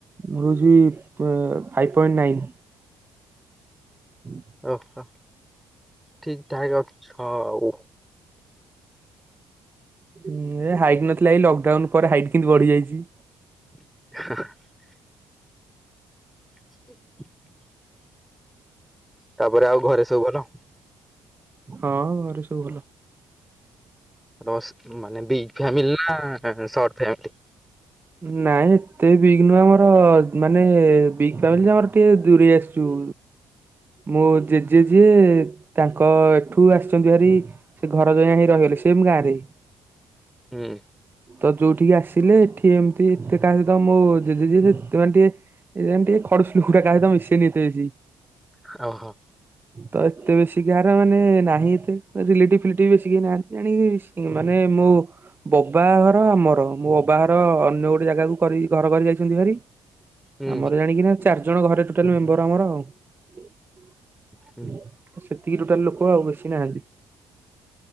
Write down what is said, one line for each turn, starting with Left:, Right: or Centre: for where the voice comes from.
Right: ମୋର ହୋଊଛି ପ ଫାଇଭ୍ ପଏଣ୍ଟ ନାଇନ। ହୁଁ।
Centre: ଓହୋ ଠିକ ଠାକ୍ ଅଛ ଆଉ।
Right: ହୁଁ ଏ ହାଇଟ୍ ନଥିଲା ଏଇ ଲକଡାଉନ ପରେ ହାଇଟ୍ କେମିତି ବଢିଯାଇଛି।
Centre: <inaudible> <inaudible> ତାପରେ ଆଉ ଘରେ ସବୁ ଭଲ।
Right: ହଁ ଘରେ ସବୁ ଭଲ।
Centre: ତମ ସେ ମାନେ ବିଗ ଫାମିଲି ନା ସଟ୍ ଫ୍ୟାମିଲୀ।
Right: ନାଇଁ ଏତେ ବିଗ୍ ନୁହଁ ଆମର ମାନେ ବିଗ ଫାମିଲି ଯେ ଆମର ଟିକେ ଦୂରେଇ ଆସିଚୁ ମୋ ଜେଜେ ଜିଏ ତାଙ୍କ ଏଠୁ ଆସିଛନ୍ତି ହାରି ସେ ଘର ଜ୍ୱାଇଁଆ ହେଇ ରହିଲେ ସେମ୍ ଗାଁରେ।
Centre: ହୁଁ।
Right: ତ ଯୋଉଠିକି ଆସିଲେ ଏଠି ଏମିତି ଏତେ କାହା ସହିତ ମୋ ଜେଜେ ଯିଏ ସେ ଏତେ ମାନେ ଟିକେ ଏ ଯେମିତି ଖଡ଼ି ଶୁକୁଟା କା ସହିତ ମିସେନି ଏତେ ବେଶୀ।
Centre: ହଁ ହ।
Right: ତ ଏତେ ବେଶୀ କାହାର ମାନେ ନାହିଁ ଏତେ ରିଲେଟିବ୍ ଫିଲେଟିବ୍ ବେଶୀ କେହି ନାହାନ୍ତି ଜାଣିକି ମାନେ ମୁଁ ବୋବା ଘର ଆମର, ମୋ ବୋବା ଘର ଅନ୍ୟ ଗୋଟେ ଜାଗାକୁ କରି ଘର କରି ଯାଇଛନ୍ତି ହାରୀ।
Centre: ହୁଁ
Right: ଆମର ଜାଣିକି ନା ଚାରି ଜଣ ଘରେ ଟୋଟାଲି ମେମ୍ବର ଆମର ଆଉ।
Centre: ହୁଁ
Right: ତ ସେତିକି ଟୋଟାଲ ଲୋକ ଆଉ ବେଶୀ ନାହାନ୍ତି।